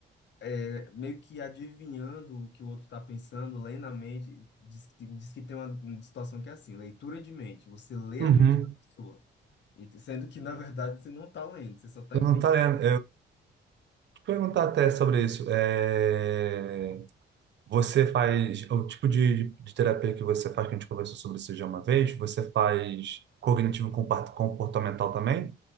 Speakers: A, on the left; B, on the right.
A: é, meio que adivinhando o que o outro está pensando, lendo a mente, diz, que- diz que tem uma situação que é assim, leitura de mente, você lê
B: Uhum.
A: a mente da pessoa, e, sendo que, na verdade, você não está lendo, você só está
B: Eu
A: inventando.
B: não tá lendo. perguntar até sobre isso. É, Você faz o tipo de, de terapia que você faz, que a gente conversou sobre isso já uma vez, você faz cognitivo compa- comportamental também,